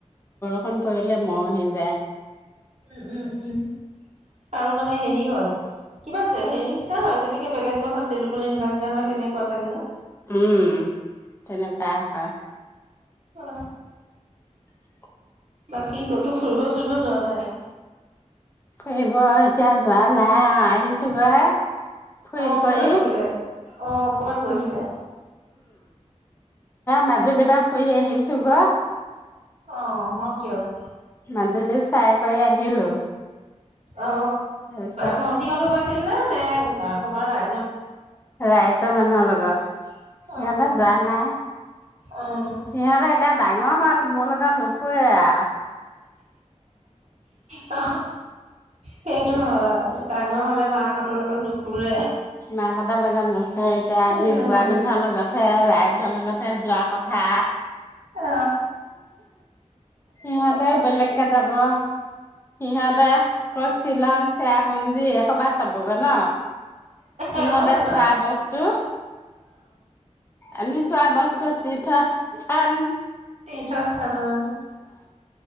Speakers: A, on the left; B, on the right.
A: বৰষুণ পৰিলে মৰহি যায়
B: উম উম উম আৰু মানে হেৰি হয় কিবা যে হেৰি নিচিনা হয় যেনেকে বেলেগ গছত জেলুকনি লাগে যে হয় তেনেকুৱা চাগে ন
A: উম তেনেকুৱা হয়
B: অ
A: উ <unintelligible>
B: বাকী ক'তো ফুৰিব চুৰিব যোৱা নাই
A: ফুৰিব এতিয়া যোৱা নাই আৰু। আহিছোগৈ হে ফুৰি
B: অ',
A: কৰি
B: কলৈ গৈছিলে? অ', ক'বাত গৈছিলে?
A: অ মাজুলীৰ পৰা ফুৰি আহিছোগৈ
B: অ অকে অকে
A: মাজুলী চাই কৰি আহিলো
B: অ
A: তাৰপিছত
B: ভন্টিহঁতো গৈছিল নে? আহ <unintelligible> সোমাৰ নাই
A: ৰাইজৰ মানুহৰ লগত তাত সিহঁতে
B: অ', অ',
A: যোৱা নাই,
B: অ',
A: সিহঁতে এতিয়া ডাঙৰ হ'ল মোৰ লগত নুফুৰে আৰু
B: অ সেইটো হয়, ডাঙৰ হলে মাকহঁতৰ লগত নুফুৰে
A: মাকহতঁৰ লগত নুফুৰে এয়া
B: নুফুৰে।
A: মেম্বুুৱা মানে ভাল লগত <unintelligible> ৰাইজৰ লগতহে যোৱা কথা।
B: অ
A: মই তেও বেলেগ কে যাব <unintelligible> ইহঁতে ক'ৰ শ্বিলং, চেৰাপুঞ্জী। এইসোপা চাবগে ন সিহঁতে
B: অ তোন
A: চোৱা
B: আও
A: বস্তু আমি চোৱা বস্তু তীৰ্থত চাম
B: তীৰ্থস্থান আৰু